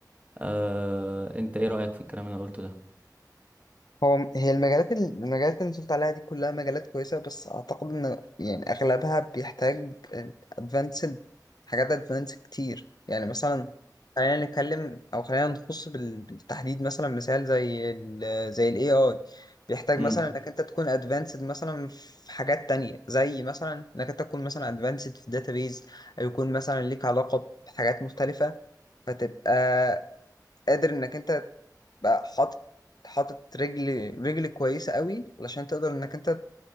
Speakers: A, on the right; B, on the left.
A: آه، انت ايه رايك في الكلام اللي انا قلته ده
B: هو هي المجالات المجالات اللي انت قلت عليها دي كلها مجالات كويسة بس أعتقد إن يعني أغلبها بيحتاج أدفانسد حاجات أدفانسد كتير يعني مثلا خلينا نتكلم أو خلينا نخص بال- بالتحديد مثلا مثال زي ال زي ال AI بيحتاج
A: امم
B: مثلا إنك أنت تكون أدفانسد مثلا في حاجات تانية زي مثلا إنك أنت تكون مثلا أدفانسد في الداتابيز أو يكون مثلا ليك علاقة بحاجات مختلفة فتبقى قادر إنك أنت بقى حاطط حاطط رجل رجل كويسة قوي علشان تقدر انك انت